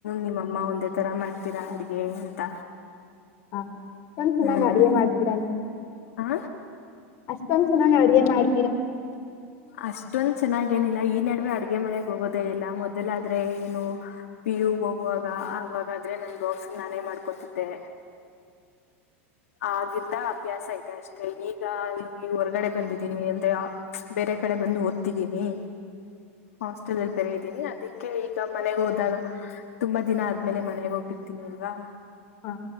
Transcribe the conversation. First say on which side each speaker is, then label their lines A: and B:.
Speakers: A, on the left (about 90°); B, on the left (about 45°).
A: ನಿಮ್ಮಮ್ಮ ಒಂದೇ ತರ ಮಾಡ್ತೀರಾ ಅಡ್ಗೆ ಅಂತ
B: ಹಾ ಅಷ್ಟೊಂದ ಚೆನ್ನಾಗಿ್
A: ಹ್ಮ್
B: ಅಡಗೆ ಮಾಡ್ತೀರಾ ನೀ
A: ಆ
B: ಅಷ್ಟ ೊಂದ್ ಚನ್ನಾಗಿ ಅಿಗೆ ಮಾಡ್
A: ಅಷ್ಟೊಂದ ಚೆನ್ನಾಗಿ ಏನಿಲ್ಲ ಈ ನಡುವೆ ಅಡ್ಗೆ ಮನೆಗ್ ಹೋಗೋದೇ ಇಲ್ಲ ಮೊದಲ ಆದ್ರೆ ಏನು ಪಿ ಯುಗ್ ಹೋಗುವಾಗ ಆವಾಗಾದ್ರೆ ನನ್ ಬಾಕ್ಸಿಂಗ್ ನಾನೇ ಮಾಡ್ಕೊತಿದ್ದೆ ಆಗಂದ ಅಭ್ಯಾಸ ಐತೆ ಅಷ್ಟೆ ಈಗ ಇಲ್ಲಿ ಹೊರ್ಗಡೆ ಬಂದಿದೀನಿ ಅಂದ್ರೆ ಬೇರೆ ಕಡೆ ಬಂದು ಓದ್ತಿದೀನಿ ಹಾಸ್ಟೆಲ್ ಅಲ್ಲಿ ಬರೆಿದ್ದೀನಿ ಅದಕ್ಕೆ ಈಗ ಮನೆಗೆ ಹೋದಾಗ ತುಂಬಾ ದಿನ ಆದ್ಮೇಲೆ ಮನೆಗೆ ಹೋಗ್ಿರ್ತೀನಿ ಅಲ್ವಾ
B: ಹಾ